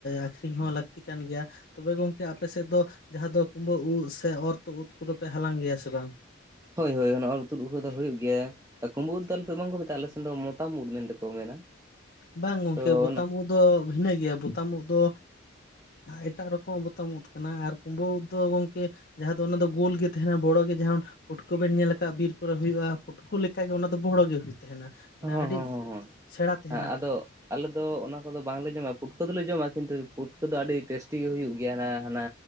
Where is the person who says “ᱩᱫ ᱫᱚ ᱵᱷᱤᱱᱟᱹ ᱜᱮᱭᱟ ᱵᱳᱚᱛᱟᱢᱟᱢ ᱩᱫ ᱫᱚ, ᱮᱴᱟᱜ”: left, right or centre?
Left